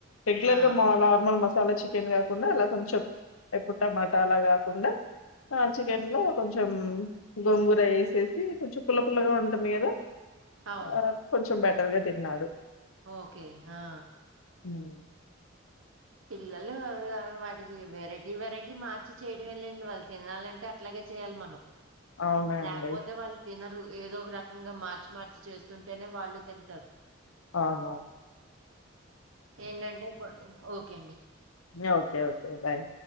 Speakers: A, on the left; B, on the right.
A: రెగ్యులర్గా
B: ఆ
A: మ నార్మల్ మ మసాలా చికెన్ కాకుండా అలా కొంచెం ఎప్పుడు టమాటా అలా కాకుండా ఆ చికెన్ లో కొంచెం గొంగూర రైస్ చేసి కొంచెం పుల్ల పుల్లగా ఉంటుంది కదా
B: అవును
A: ఆ కొంచెం బెటర్గా తిన్నాడు
B: ఓకే ఆ
A: హ్మ్.
B: పిల్లలు వాటికి వెరైటీ వెరైటీ మార్చి చేయడం వెళ్ళండి వాళ్ళు తినాలంటే అట్లాగే చేయాలి మనం
A: అవునండి.
B: లేకపోతే వాళ్ళు తినరు ఏదో ఒక రకంగా మార్చి మార్చి చేస్తుంటేనే వాళ్ళు తింటారు
A: ఆహ
B: ఏంటంటే ఓకే అండి
A: ఓకే ఓకే బాయ్